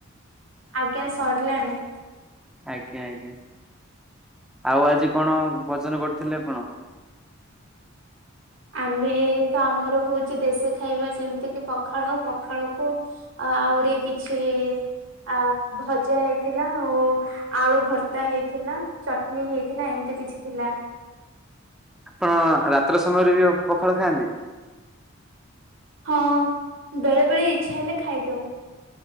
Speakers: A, on the right; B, in the centre.
A: ଆଜ୍ଞା ସରିଲାଣି।
B: ଆଜ୍ଞା ଆଜ୍ଞା ଆଉ ଆଜି କଣ ଭୋଜନ କରିଥିଲେ ଆପଣ?
A: ଆମେ ତ ଆମର ହେଉଛି ଦେଶୀ ଖାଇବା ଯେମିତି କିି ପଖାଳ ପଖାଳ କୁ ଆଉରି କିଛି ଆ ଭଜା ହେଇଥିଲା ଆଉ ଆଳୁଭର୍ତ୍ତା ହେଇଥିଲା ଚଟନୀ ହେଇଥିଲା ଏମିତି କିଛି ଥିଲା।
B: ଅହଂ ରାତ୍ର ସମୟରେ ବି ପଖାଳ ଖାଆନ୍ତି?
A: ହଁ ବେଳେ ବେଳେ ଇଛା ହେଲେ ଖାଇଦଉ।